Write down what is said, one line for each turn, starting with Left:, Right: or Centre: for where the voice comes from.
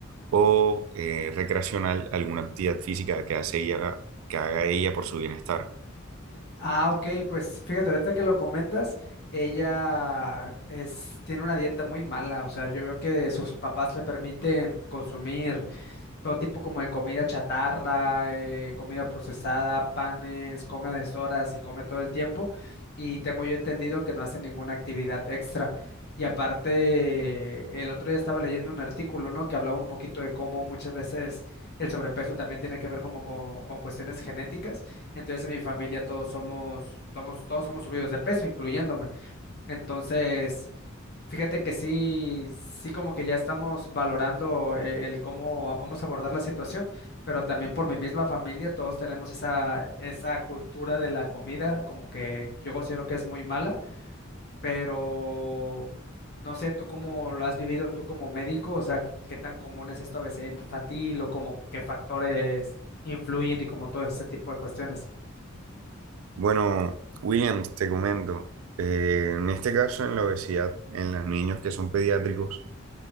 Right: o eh, recreacional, alguna actividad física que hace ella, que haga ella por su bienestar.
Left: Ah, ok, pues fíjate, ahorita que lo comentas, ella es, tiene una dieta muy mala, o sea, yo veo que sus papás le permiten consumir todo tipo como de comida chatarra, eh, comida procesada, panes, come a deshoras y come todo el tiempo. Y tengo yo entendido que no hace ninguna actividad extra. Y aparte, el otro día estaba leyendo un artículo, ¿no? Que hablaba un poquito de cómo muchas veces el sobrepeso también tiene que ver como con, con cuestiones genéticas. Entonces, en mi familia todos somos, somos, todos somos subidos de peso, incluyéndome. Entonces, fíjate que sí, sí como que ya estamos valorando eh, el cómo a- vamos a abordar la situación, pero también por mi misma familia, todos tenemos esa, esa cultura de la comida, como que yo considero que es muy mala, pero no sé tú cómo lo has vivido tú como médico, o sea, qué tan común es esta obesidad infantil o como qué factores influyen y como todo ese tipo de cuestiones.
Right: Bueno, Williams, te comento, eh, en este caso en la obesidad, en los niños que son pediátricos,